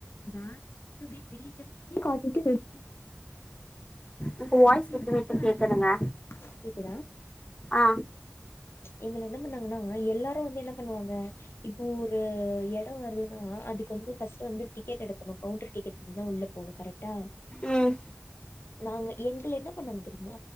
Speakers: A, on the left (about 65°); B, on the left (about 20°).
A: <inaudible> கட்டிட்டு வெளிலே
B: உங்க வாய்ஸ்
A: கேவ்
B: விட்டு
A: மட்டு
B: வீட்டு
A: அன்னைக்கு
B: கேக்குதுங்க
A: கேக்குதா
B: ஆ
A: எங்கள என்ன பண்ணாங்கன்னா எல்லாரு வந்து என்ன பண்ணுவாங்க இப்போ ஒருஎட வருதுன்னா அதுக்கு வந்து ஃபஸ்ட்டு வந்து டிக்கெட் எடுக்கணு கவுண்டர் டிக்கெட் உள்ள போனு கரெட்டா
B: ம்
A: நாங்க எங்கள என்ன பன்னாங்க தெரியுமா